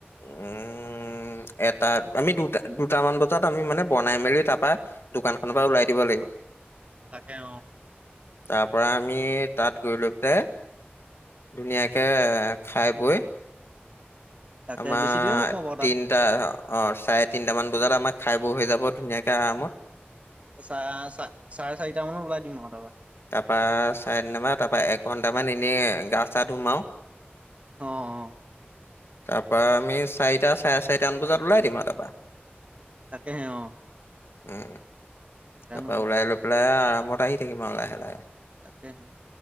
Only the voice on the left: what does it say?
উম। উম এটাত আমি দুটা দুটামান বজাত আমি মানে বনাই মেলি তাৰপা দোকান খনৰ পৰা ওলাই দিব লাগিব।
তাৰ পৰা আমি তাত গৈ লৈ পেলাই, ধুনীয়াকে এ খাই বৈ,
আমাৰ
তিন অঁ চাৰে তিনিটামান বজাত আমাৰ খাই বৈ হৈ যাব ধুনীয়াকৈ আৰামত।
তাৰপা চাৰে তিনটা পা তাৰ পৰা এঘন্টামান এনেই গা চা ধুম আও।
তাৰপৰা আমি চাৰিটা চাৰে চাৰিটামান বজাত ওলাই দিম আৰু তাৰপৰা
উম
তাপা
ওলাই লৈ পেলাই আৰামত আহি থাকিম আৰু লাহে লাহে।